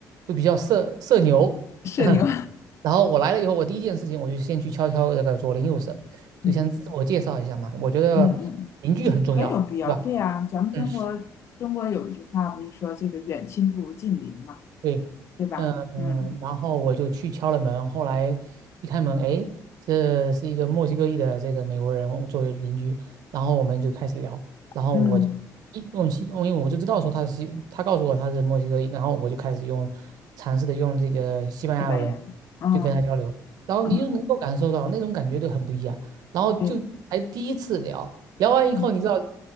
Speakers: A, on the right; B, on the left.
A: 就比较社社牛。
B: 社牛，
A: <laughs> 然后我来了以后，我第一件事情我就先去敲敲这个左邻右舍，就先自我介绍一下嘛。
B: <laughs> 嗯
A: 我觉得邻居很重要，
B: 嗯嗯，很有必要。
A: 对吧？
B: 对啊，咱们中国中国有一句话不是说这个远亲不如近邻嘛，
A: 嗯。对，
B: 对吧？
A: 嗯、呃，
B: 嗯
A: 然后我就去敲了门，后来一开门，哎，这是一个墨西哥裔的这个美国人我作为邻居，然后我们就开始聊，然后我就一用西，
B: 嗯。
A: 因为我就知道说他是西，他告诉我他是墨西哥裔，然后我就开始用尝试的用这个西班牙文
B: 西班牙语，嗯
A: 就跟他交流，然后你就能够感受到那种感觉就很不一样，
B: 嗯，
A: 然后就还第一次聊，
B: 对，
A: 聊完以后你知道，
B: 嗯，